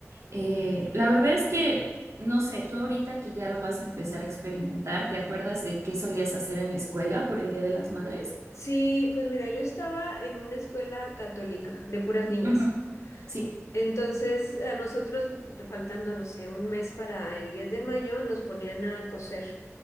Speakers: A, on the right (about 65°); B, on the left (about 70°).
A: Eh, la verdad es que, no sé, tú ahorita que ya lo vas a empezar a experimentar, ¿te acuerdas de qué solías hacer en la escuela por el Día de las Madres?
B: Sí, pues mira, yo estaba en una escuela católica de puras niñas.
A: Ujú, Sí,
B: Entonces, a nosotros, faltando, no sé, un mes para el 10 de mayo, nos ponían a coser.